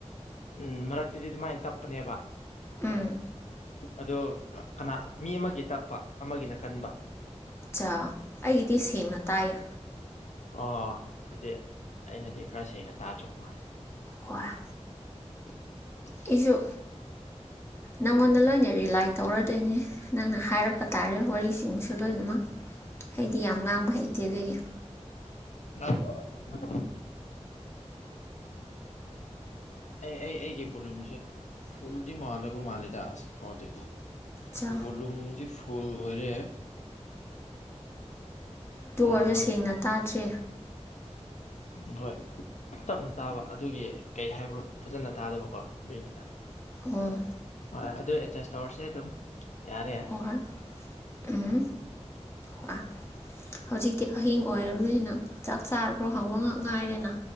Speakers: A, on the left; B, on the left.
A: ꯎꯝ ꯃꯔꯛꯇꯗꯤ ꯑꯗꯨꯃꯥꯏ ꯇꯞꯄꯅꯦꯕ
B: ꯎꯝ
A: ꯑꯗꯣ ꯀꯅꯥ ꯃꯤ ꯑꯃꯒꯤ ꯇꯞꯄ ꯑꯃꯒꯤꯅ ꯀꯟꯕ
B: ꯆꯥ ꯑꯩꯒꯤꯗꯤ ꯁꯦꯡꯅ ꯇꯥꯏꯌꯦ
A: ꯑꯣ ꯇꯨꯗꯤ ꯑꯩꯅꯗꯤ ꯈꯔ ꯁꯦꯡꯅ ꯇꯥꯗ꯭ꯔꯕ ꯃꯥꯜꯂꯦ
B: ꯈꯣꯌꯥ
A: <unintelligible>
B: ꯑꯩꯁꯨ ꯅꯪꯉꯣꯟꯗ ꯂꯣꯏꯅ ꯔꯤꯂꯥꯏ ꯇꯧꯔꯗꯣꯏꯅꯦ ꯅꯪꯅ ꯍꯥꯏꯔꯛꯄ ꯇꯥꯔꯦ ꯋꯥꯔꯤꯁꯤꯡꯁꯨ ꯂꯣꯏꯅꯃꯛ ꯑꯩꯗꯤ ꯌꯥꯝ ꯉꯥꯡꯕ ꯍꯩꯇꯦ ꯑꯗꯨꯒꯤ
A: ꯑꯕꯣ ꯍꯟꯊꯥꯒꯅꯤ ꯑꯩ ꯑꯩ ꯑꯩꯒꯤ ꯕꯣꯂꯨꯝꯁꯦ ꯐꯨꯜꯗꯤ ꯃꯥꯜꯂꯕ ꯃꯥꯜꯂꯤꯗ ꯑꯁꯤꯛꯐꯥꯎꯗꯤ
B: ꯆꯥ
A: ꯕꯣꯂꯨꯝꯗꯤ ꯐꯨꯜ ꯑꯣꯏꯔꯦ
B: ꯗꯨ
A: ꯑꯥ
B: ꯑꯣꯏꯔꯥꯁꯨ ꯁꯦꯡꯅ ꯇꯥꯗ꯭ꯔꯤ
A: ꯎꯝ ꯍꯣꯏ ꯇꯞꯅ ꯇꯥꯕ ꯑꯗꯨꯒꯤ ꯀꯩ ꯍꯥꯏꯕ꯭ꯔꯣ ꯐꯖꯅ ꯇꯥꯗꯕꯀꯣ ꯑꯗꯨꯏꯅꯤꯗ
B: ꯎꯝ
A: ꯍꯣꯏ ꯑꯗꯨ ꯑꯦꯗꯖꯁ ꯇꯧꯔꯁꯦ ꯑꯗꯨꯝ ꯌꯥꯔꯦ
B: ꯍꯣꯍꯣꯏ ꯎꯝ ꯍ ꯍꯧꯖꯤꯛꯇꯤ ꯑꯍꯤꯡ ꯑꯣꯏꯔ ꯅꯤꯅ ꯆꯥꯛ ꯆꯥꯔꯕ꯭ꯔꯣ ꯍꯪꯕ ꯉꯛ ꯉꯥꯏꯔꯦꯅ